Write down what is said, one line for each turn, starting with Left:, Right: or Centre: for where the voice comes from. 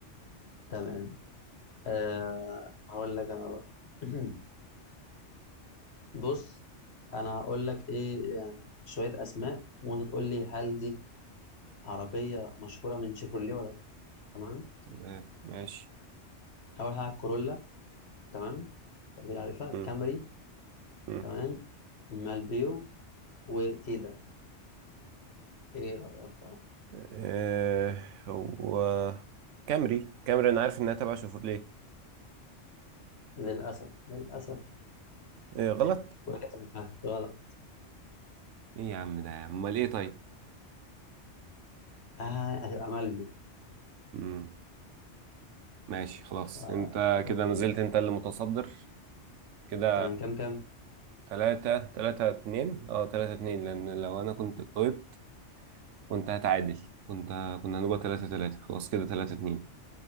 Left: تمام آه هقول لك انا بقى <clears throat> بص انا هقول لك ايه يعني شويه اسماء وانت تقول لي هل دي عربيه مشهوره من شيفروليه ولا لا تمام
Right: تمام ماشي
Left: اول حاجه كورولا تمام اكيد عارفها
Right: مم.
Left: كامري
Right: مم.
Left: تمام مالبيو وتيدا ايه رايك بقى
Right: آه، هو كامري كامري انا عارف انها تبع شيفروليه
Left: للاسف للاسف
Right: إيه غلط
Left: <laughs> وقعت في الفخ غلط
Right: ايه يا عم ده امال ايه طيب
Left: آه هتبقى مالبيو
Right: مم. ماشي خلاص
Left: فا
Right: انت
Left: أوكي
Right: كده ما زلت انت اللي متصدر كده
Left: تمام كام كام
Right: تلاتة تلاتة اتنين اه تلاتة اتنين لان لو انا كنت جاوبت كنت هتعادل كنت كنا هنبقى تلاتة تلاتة خلاص كده تلاتة اتنين